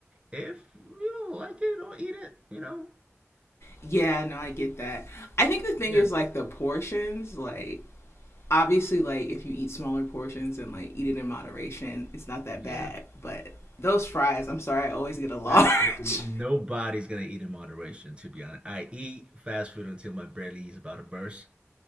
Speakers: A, on the right (about 20°); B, on the left (about 60°).
A: if you don't like it, don't eat it, you know?
B: Yeah, no, I get that. I think the thing
A: Yeah.
B: is like the portions, like obviously like if you eat smaller portions and like eat it in moderation, it's not that
A: Yeah.
B: bad. But those fries, I'm sorry, I always get a large.
A: That, nobody's gonna eat in moderation, to be honest. I eat fast food until my belly is about to burst,